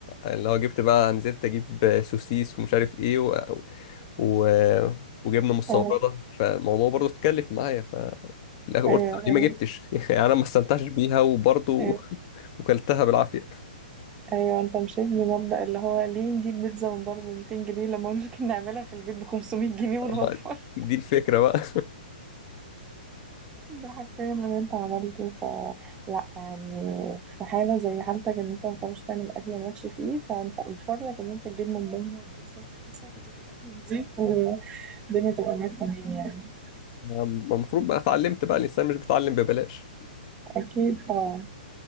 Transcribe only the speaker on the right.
اه
ايوه
ال-
ايوه
أيوة، انت مشيت بمبدأ اللي هو ليه نجيب بيتزا من بره ب 200 جنيه لما ممكن نعملها في البيت ب 500 جنيه ونوفر
ده حرفيا اللي انت عملته فلا يعني في حالة زي حالتك ان انت ما بتعرفش تعمل اكل مالكش فيه فانت مفرك ان انت تجيب من بره وتدفع فلوسك وتاكل اكل نضيف والدنيا تبقى معاك تمام يعني
اكيد طبعا